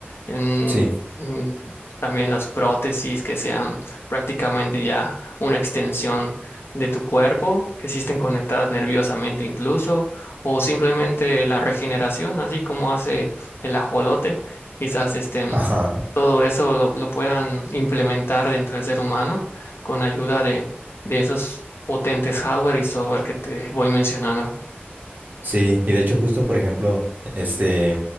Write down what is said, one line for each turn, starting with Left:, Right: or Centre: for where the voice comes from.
Left: em,
Right: Sí.
Left: em, también las prótesis que sean prácticamente ya una extensión de tu cuerpo, que existen conectadas nerviosamente incluso, o simplemente la regeneración, así como hace el ajolote, quizás estén,
Right: ajá
Left: todo eso lo, lo puedan implementar dentro del ser humano con ayuda de, de esos potentes hardware y software que te voy mencionando.
Right: Sí, y de hecho justo, por ejemplo, este,